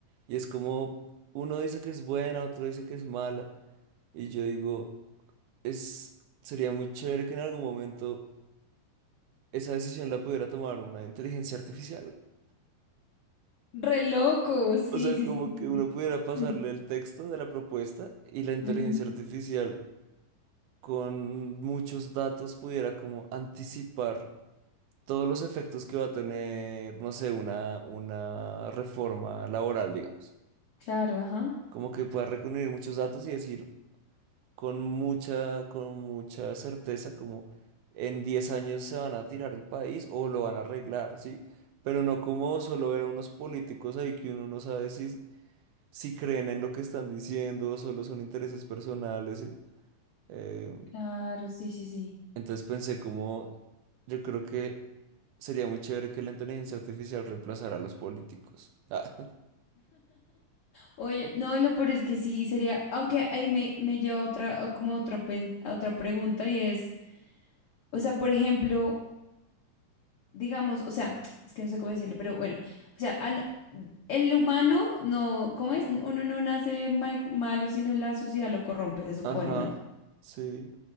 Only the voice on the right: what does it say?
y es como, uno dice que es buena, otro dice que es mala, y yo digo, es, sería muy chévere que en algún momento esa decisión la pudiera tomar una inteligencia artificial.
O sea,
como
que
uno pudiera pasarle
el texto de la propuesta y la inteligencia
artificial con muchos datos pudiera como anticipar todos los efectos que va a tener, no sé, una, una reforma laboral, digamos.
Como que pueda reunir muchos datos y decir con mucha, con mucha certeza como en 10 años se van a tirar el país o lo van a arreglar, ¿sí? Pero no como solo ver a unos políticos ahí que uno no sabe si si creen en lo que están diciendo, solo son intereses personales. y, eh,
entonces pensé como, yo creo que sería muy chévere que la inteligencia artificial reemplazara a los políticos. Ah,
<laughs> ajá,
sí.